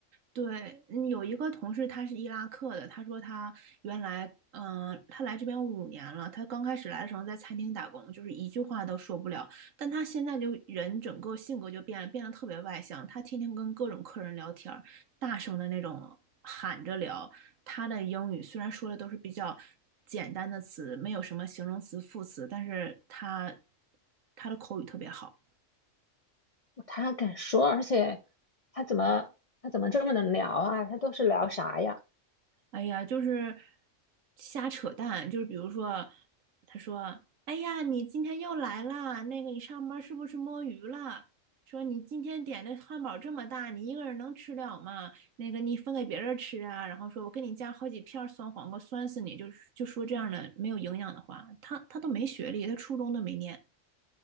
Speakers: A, on the right; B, on the left.
A: 对，嗯有一个同事他是伊拉克的，他说他原来，嗯、他来这边五年了，他刚开始来的时候在餐厅打工，就是一句话都说不了，但他现在就人整个性格就变了，变得特别外向，他天天跟各种客人聊天儿，大声的那种喊着聊，他的英语虽然说的都是比较简单的词，没有什么形容词、副词，但是他他的口语特别好。
B: 他敢说，而且他怎么他怎么这么能聊啊？他都是聊啥呀？
A: 哎呀，就是瞎扯淡，就是比如说，他说：“哎呀，你今天又来啦，那个你上班是不是摸鱼了？说你今天点的汉堡这么大，你一个人能吃了吗？那个你分给别人吃啊。”然后说：“我给你加好几片酸黄瓜，酸死你！”就是就说这样的没有营养的话，他他都没学历，他初中都没念。